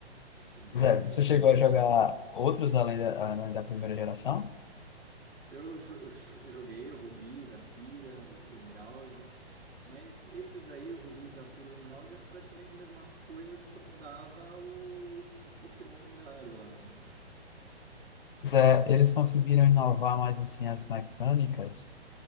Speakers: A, on the right; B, on the left.
A: Achei muito
B: Zé,
A: engraçado.
B: você chegou a jogar outros além da, além da primeira geração?
A: Eu jo- jo- joguei o Rubi, Zafira, o Emerald, mas esses aí, o Rubi, Zafira e o Emerald, é praticamente a mesma coisa que só mudava o Pokémon lendário lá, né?
B: Zé, eles conseguiram inovar mais assim as mecânicas.